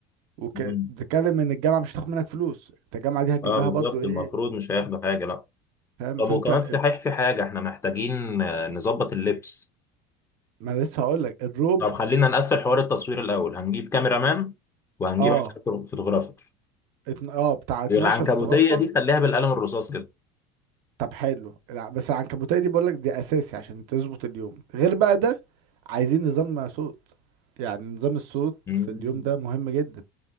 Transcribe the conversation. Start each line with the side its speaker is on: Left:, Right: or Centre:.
Right: وبتتكلم
Left: مم.
Right: ان الجامعة مش هتاخد منك فلوس انت الجامعة دي هتجيب
Left: اه بالظبط
Right: لها برضو ايه
Left: المفروض مش هياخدوا حاجة لا
Right: فاهم
Left: طب
Right: فانت
Left: وكمان صحيح في حاجة احنا محتاجين آه، نظبط اللبس
Right: ما أنا لسه هقول لك الروب
Left: طب خلينا نقفل حوار التصوير الأول هنجيب كاميرا مان وهنجيب
Right: اه
Left: 10 فوتوغرافر
Right: اتن... اه بتاع 12
Left: العنكبوتية
Right: فوتوغرافر
Left: دي خليها بالقلم الرصاص كده
Right: طب حلو الع- بس العنكبوتيه دي بقول لك دي اساسي عشان تظبط اليوم غير بقى ده عايزين نظام صوت يعني نظام الصوت
Left: مم.
Right: في اليوم ده مهم جدا